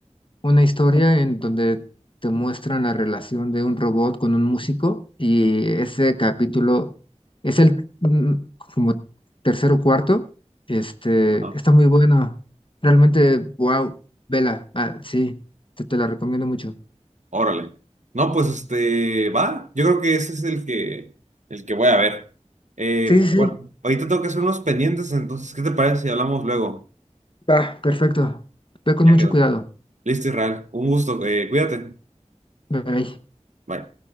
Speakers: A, on the left (about 45°); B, on the right (about 85°).
A: una historia en donde te muestran la relación de un robot con un músico y ese capítulo es el mm, como tercero o cuarto. Este,
B: Ajá.
A: está muy bueno. Realmente, wow, vela. Ah, sí, te, te la recomiendo mucho.
B: Órale. No, pues este, va. Yo creo que ese es el que, el que voy a ver. Eh,
A: Sí, sí,
B: bueno,
A: sí.
B: ahorita tengo que hacer unos pendientes, entonces, ¿qué te parece si hablamos luego?
A: Va, perfecto. Ve con
B: Ya
A: mucho
B: quedó.
A: cuidado.
B: Listo, Israel. Un gusto. eh, cuídate.
A: Bye.
B: Bye.